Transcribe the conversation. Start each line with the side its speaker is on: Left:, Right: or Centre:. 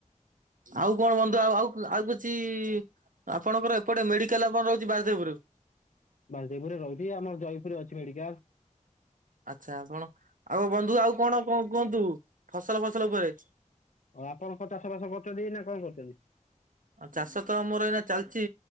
Right: ଆଉ କଣ ବନ୍ଧୁ ଆଉ ଆଉ କିଛି ଆପଣଙ୍କର ଏପଟେ ମେଡିକାଲ ଆପଣ ରହୁଛି ବାସୁଦେବପୁରୁ।
Left: ବାସୁଦେବପୁରରେ ରହୁଛି ଆମର ଜୟପୁରରେ ଅଛି ମେଡିକାଲ।
Right: ଆଛା ଆପଣ ଆଉ ବନ୍ଧୁ ଆଉ କଣ କୁହନ୍ତୁ ଫସଲ ଫସଲ ଉପରେ
Left: ଆଉ ଆପଣଙ୍କ ଚାଷ ବାସ କରୁଛନ୍ତି ନା କଣ କରୁଛନ୍ତି?
Right: ଆଉ ଚାଷ ତ ଆମର ଏଇ ଚାଲିଛି